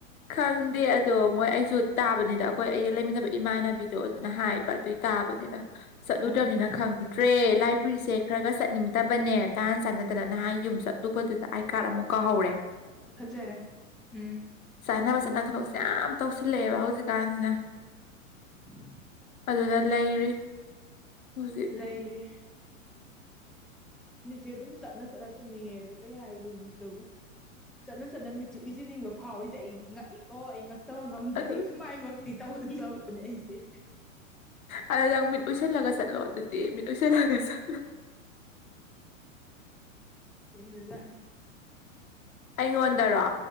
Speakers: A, on the left; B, in the centre.
A: ꯈꯪꯗꯦ ꯑꯗꯣ ꯃꯣꯏ ꯑꯩꯁꯨ ꯇꯥꯕꯅꯤꯗ ꯑꯩꯈꯣꯏ ꯑꯩꯒ ꯂꯩꯃꯤꯟꯅꯕ ꯏꯃꯥꯟꯅꯕꯤꯗꯣ ꯑꯗꯨꯅ ꯍꯥꯏꯕ ꯑꯗꯨꯏ ꯇꯥꯕꯅꯦꯗ ꯆꯠꯂꯨꯗ꯭ꯔꯕꯅꯤꯅ
B: ꯎꯝ ꯎꯝ
A: ꯈꯪꯗ꯭ꯔꯦ ꯂꯥꯏꯕ꯭ꯔꯦꯔꯤꯁꯦ ꯈꯔ ꯈ ꯆꯠꯅꯤꯡ ꯐꯠꯇꯕꯅꯦ ꯇꯥꯍꯥꯟ ꯆꯥꯟꯅꯗꯅ ꯅꯍꯥꯟ ꯌꯨꯝ ꯆꯠꯂꯨꯕꯗꯨꯗ ꯑꯥꯏ ꯀꯥꯔꯗ ꯑꯃꯨꯛ ꯀꯥꯎꯍꯧꯔꯦ
B: ꯐꯖꯔꯦ ꯎꯝ
A: ꯀꯥꯟꯅꯕꯁꯤꯅ ꯊꯕꯛꯁꯦ ꯌꯥꯝ ꯇꯧꯁꯤꯜꯂꯛꯑꯦꯕ ꯍꯧꯖꯤꯛꯀꯥꯟꯁꯤꯅ
B: ꯎꯝ
A: ꯑꯗꯨꯗ ꯂꯩꯔꯤ ꯍꯧꯖꯤꯛ
B: ꯂꯩꯏꯔꯦ ꯃꯤꯁꯦ ꯑꯗꯨꯝ ꯆꯠꯅ ꯆꯠꯅ ꯇꯨꯝꯅꯤꯡꯉꯦ ꯑꯗ ꯀꯩ ꯍꯥꯏꯔꯨꯗꯣꯏꯅꯣ ꯁꯤꯗꯕꯨ ꯆꯠꯅ ꯆꯠꯅ ꯃꯤꯆꯤ ꯎꯏꯖꯅꯤꯡꯕ ꯐꯥꯎꯋꯔꯤꯁꯦ ꯑꯩ ꯉꯛꯏꯀꯣ ꯑꯩ ꯉꯛꯇꯕ ꯉꯝꯗꯦ
A: ꯑꯗꯨ
B: ꯑꯩ ꯁꯨꯃꯥꯏꯃꯛꯇꯤ ꯇꯧꯍꯟꯗꯕꯅꯦ ꯑꯩꯁꯦ
A: ꯑꯗꯨ ꯅꯪ ꯃꯤꯠ ꯎꯏꯁꯤꯜꯂꯒ ꯆꯠꯂꯣ ꯑꯗꯨꯗꯤ ꯃꯤꯠ ꯎꯏꯁꯜꯂꯒ ꯆꯠꯂꯣ
B: ꯏꯖ
A: ꯑꯩꯉꯣꯟꯗꯔꯣ